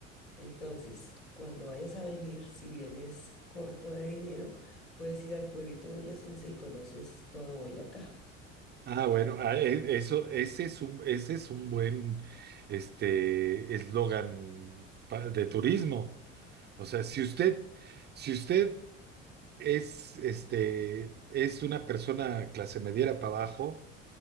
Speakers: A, on the left; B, on the right.
A: Entonces, cuando vayas a venir, si vienes corto de dinero, puedes ir al pueblito boyacense y conoces todo Boyacá.
B: Ah, bueno, ah, e- eso, ese es un, ese es un buen, este, eslogan pa- de turismo. O sea, si usted, si usted es, este, es una persona clase mediera para abajo